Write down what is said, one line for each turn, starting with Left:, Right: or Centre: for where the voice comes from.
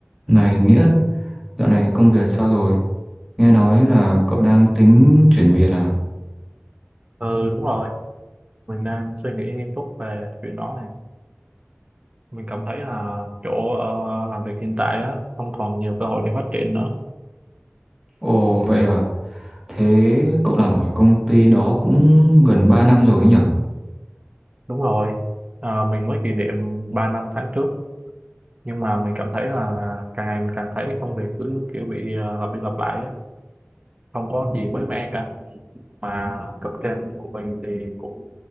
Centre: Này Nghĩa, dạo này công việc sao rồi? Nghe nói là cậu đang tính chuyển việc à?
Right: Ừ đúng rồi, mình đang suy nghĩ nghiêm túc về chuyện đó này. Mình cảm thấy là chỗ ờ, làm việc hiện tại á, không còn nhiều cơ hội để phát triển nữa.
Centre: Ồ vậy à? Thế cậu làm ở công ty đó cũng gần 3 năm rồi ấy nhở?
Right: Đúng rồi, Ờ, mình mới kỷ niệm 3 năm tháng trước, nhưng mà mình cảm thấy là càng ngày mình càng thấy công việc cứ kiểu bị ờ, lặp đi lặp lại á, không có gì mới mẻ cả. Mà cấp trên của mình thì cũng